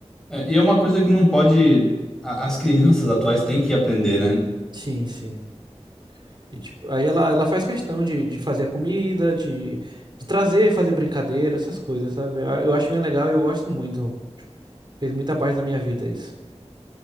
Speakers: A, in the centre; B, on the right.
A: É, e é uma coisa que não pode. a- As crianças atuais têm que aprender, né?
B: Sim, sim. E, tipo, aí ela, ela faz questão de, de fazer a comida, de, de trazer, fazer brincadeira, essas coisas, sabe? Eu eu acho bem legal e eu gosto muito. Fez muita parte da minha vida isso.